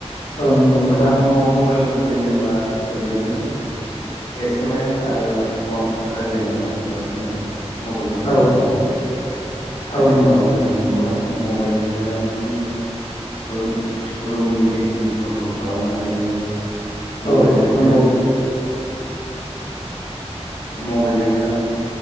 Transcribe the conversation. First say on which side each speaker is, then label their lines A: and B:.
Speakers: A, on the left; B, on the left.
A: औ नंगौ
B: सिगां
A: नोंथां
B: समाव मबाइल फैजेनबा ओरैबायदिमोन एस एम एस आरो फन रायलायनो थाखायल' जोङो। मबाइलखौ बाहायनो
A: औ
B: हादोंमोन
A: औ
B: आथिखालाव
A: नंगौ
B: जोङो। नुबाय मबाइलजोंनो रुमनि एसिनि। कन्ट्रल खालामनो हायो मबाइलजोंनो।
A: औ नंगौ
B: मबेलजोंनो